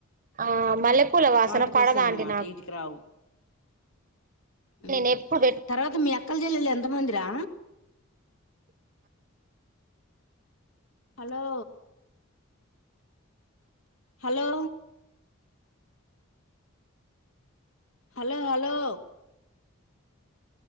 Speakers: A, on the right (about 40°); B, on the left (about 75°).
A: ఆ మల్లెపూల వాసన
B: వాటికి
A: పడదా
B: వస్తాయన్మాట
A: అండి నాకు
B: వీటికి రావు ఉ
A: నేను ఎప్పుడు పెట్టు
B: తర్వాత మీ అక్కల్ చెల్లెలు ఎంత మందిరా hello hello hello hello